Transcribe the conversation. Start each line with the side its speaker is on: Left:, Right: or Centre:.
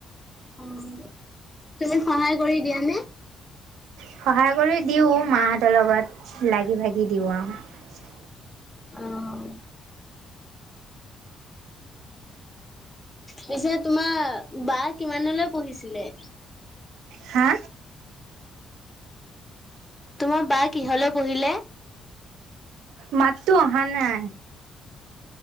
Left: অ', তুমি সহায় কৰি দিয়ানে?
Right: সহায় কৰি দিওঁ মাহতৰ লগত, লাগি ভাগি দিওঁ আৰু।
Left: অ', পিছে তোমাৰ বা কিমানলৈ পঢ়িছিলে?
Right: হা?
Left: তোমাৰ বা কিহলে পঢ়িলে?
Right: মাতটো অহা নাই।